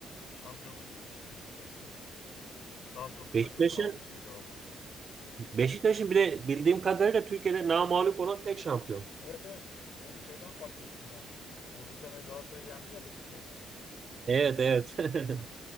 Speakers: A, on the left (about 70°); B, on the right (about 45°).
A: Şampiyonluk gitmişti Beşiktaş'tan. Daha sonra da
B: Beşiktaş'ın
A: takım dağılmıştı galiba.
B: Beşiktaş'ın bir de bildiğim kadarıyla Türkiye'de namağlup olan tek şampiyon.
A: Evet evet. Onu şeyden fark ettim ben. Hani bu sene Galatasaray'ı yendi ya Beşiktaş.
B: Evet, evet. <laughs>